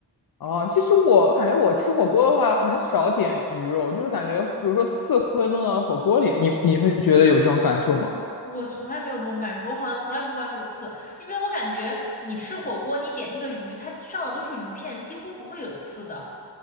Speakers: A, on the left; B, on the left.
A: 哦，其实我感觉我吃火锅的话，很少点鱼肉，就是感觉，比如说刺会弄到火锅里，你你会觉得有这种感受吗？
B: 我从来没有这种感受，我好像从来不关注刺，因为我感觉你吃火锅，你点那个鱼，它上的都是鱼片，几乎不会有刺的。